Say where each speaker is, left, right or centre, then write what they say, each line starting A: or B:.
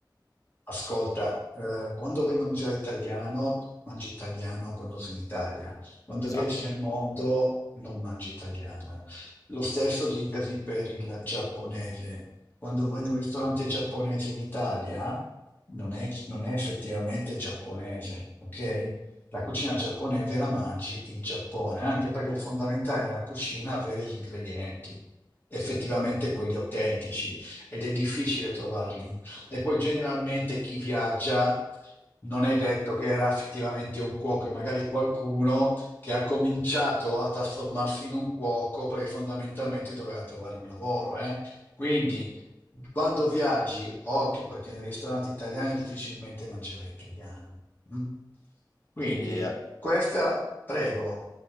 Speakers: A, on the left (about 25°); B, on the left (about 45°).
A: Ascolta, eh, quando vuoi mangiare italiano, mangi italiano quando sei in Italia. Quando
B: Esatto,
A: viaggi nel mondo, non mangi italiano. Lo stesso dicasi per il giapponese. Quando vai in un ristorante giapponese in Italia, non è, non è effettivamente giapponese, ok? La cucina giapponese la mangi in Giappone, anche perché è fondamentale nella cucina avere gli ingredienti, effettivamente
B: sì.
A: quelli autentici, ed è difficile trovarli e poi generalmente chi viaggia non è detto che era effettivamente un cuoco, è magari qualcuno che ha cominciato a trasformarsi in un cuoco perché fondamentalmente doveva trovare un lavoro, eh. Quindi quando viaggi, occhio perché nei ristoranti italiani difficilmente mangerai italiano. mm? Quindi
B: E, eh,
A: questa, prego.